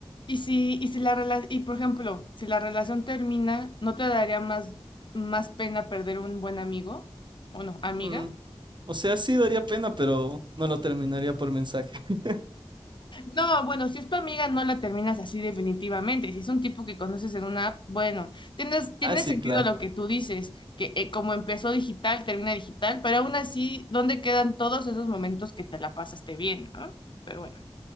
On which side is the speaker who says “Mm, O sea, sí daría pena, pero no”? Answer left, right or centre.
Right